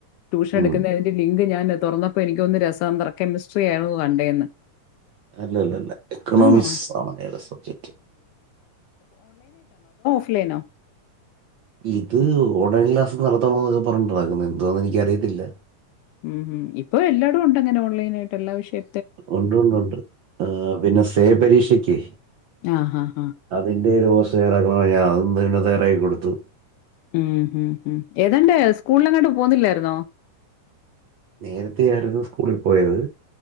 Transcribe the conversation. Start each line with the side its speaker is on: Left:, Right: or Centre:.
Left: ട്യൂഷൻ
Right: ഉം.
Left: എടുക്കുന്നതിന്റെ ലിങ്ക് ഞാന് തുറന്നപ്പോ എനിക്കൊന്നുന്ന് രസന്തത്ര കെമിസ്ട്രിയായ്ന്നു കണ്ടേന്ന്.
Right: അല്ലല്ല എക്കണോമിക്സ്
Left: ആണോ?
Right: ആണ് അയാളെ സബ്ജക്റ്റ്.
Left: ഫ് ലൈനോ
Right: ഇത് ഓൺലൈൻ ക്ലാസ് നടത്തണം എന്നൊക്കെ പറഞ്ഞിട്ടാ നടക്കുന്നെ. എന്തുവാന്ന് എനിക്കറിയത്തില്ല.
Left: ഉം ഹും ഇപ്പൊ എല്ലായിടും ഉണ്ട് അങ്ങനെ ഓൺലൈനായിട്ട് എല്ലാ വിഷയ
Right: ഉണ്ട്ണ്ട് ഉണ്ട് പിന്നെ സേ പരീക്ഷക്ക്
Left: ആ. ഹാ. ഹാ.
Right: അതിന്റെ <unintelligible> ഇന്ന് തന്നെ തയ്യാറാക്കി കൊടുത്തു.
Left: ഉം ഹും ഹും ഏതാണ്ട് സ്കൂളിലങ്ങാണ്ട് പോവുന്നില്ലായിരുന്നോ?
Right: നേരത്തേ ആയിരുന്നു സ്കൂളിൽ പോയത്.